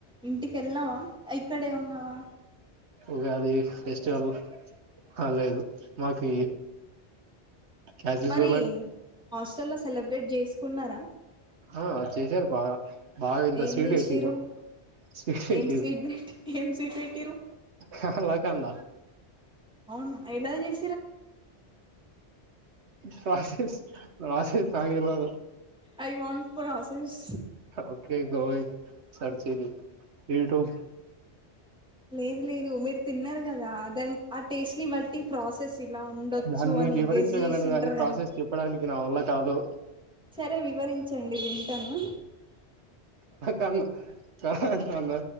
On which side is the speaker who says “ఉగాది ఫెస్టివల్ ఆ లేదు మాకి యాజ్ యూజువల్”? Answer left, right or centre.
Right